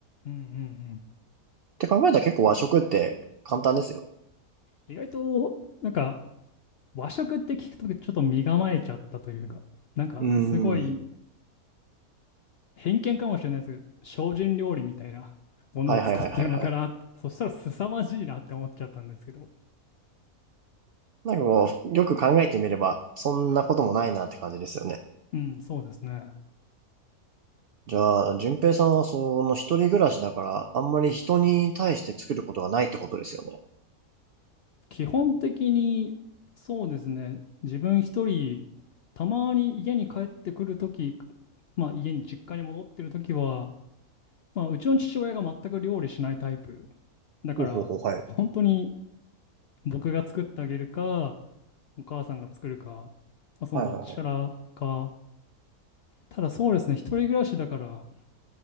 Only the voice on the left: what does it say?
うんうんうん。
意外と、なんか和食って聞くとちょっと身構えちゃったというか、なんかすごい
偏見かもしれないですけど、精進料理みたいなものを作ってるのかなって、
<laughs> そしたら凄まじいなって思っちゃったんですけど。
うん、そうですね。
基本的に、そうですね。自分一人、たまに家に帰ってくるとき、まあ家に実家に戻ってるときは、まあうちの父親が全く料理しないタイプ。だから、
本当に僕が作ってあげるか、お母さんが作るか、まあ、そのどっちからか。
ただそうですね、一人暮らしだから、